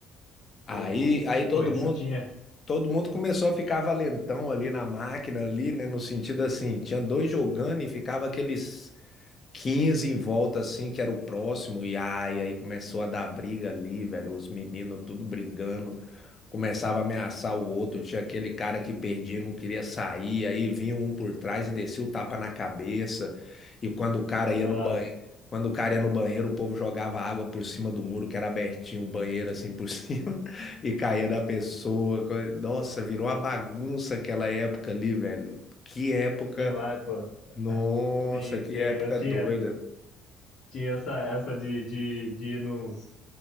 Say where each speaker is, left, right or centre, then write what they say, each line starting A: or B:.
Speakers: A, on the left (about 40°); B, on the left (about 70°).
A: Aí,
B: sim.
A: aí todo
B: Pô, isso
A: mundo,
B: tinha,
A: todo mundo começou a ficar valentão ali na máquina ali, né? No sentido assim, tinha dois jogando e ficava aqueles 15 em volta assim, que era o próximo. E ai, aí começou a dar briga ali, velho, os meninos tudo brigando. Começava a ameaçar o outro, tinha aquele cara que perdia, não queria sair, aí vinha um por trás e descia o tapa na cabeça. E quando o cara ia
B: nossa,
A: no banheiro, quando o cara ia no banheiro, o povo jogava água por cima do muro que era abertinho, o banheiro assim por <laughs> cima e caía da pessoa. Co- Nossa, virou uma bagunça aquela época ali, velho. Que época,
B: demais, pô.
A: nossa,
B: Sim,
A: que
B: sim,
A: época
B: eu tinha,
A: doida.
B: tinha essa, essa de, de, de ir nos